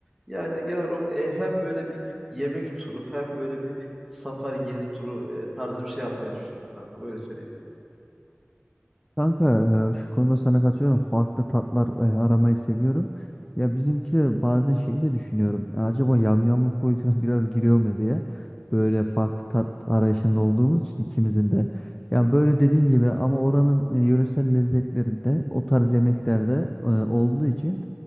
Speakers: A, in the centre; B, on the left.
A: Yani genel olarak e, hem böyle bir yemek turu hem böyle bir safari gezi turu e, tarzı bir şey yapmayı düşünüyorum kanka. Böyle söyleyeyim yani.
B: Kanka e, şu konuda sana katılıyorum. Farklı tatlar e, aramayı seviyorum. Ya bizimki de bazen şeyi de düşünüyorum. E, Acaba yamyamlık boyutuna <laughs> biraz giriyor mu diye. Böyle farklı tat arayışında olduğumuz için ikimizin de. Yani böyle dediğin gibi ama oranın e, yöresel lezzetlerinde o tarz yemeklerde e, olduğu için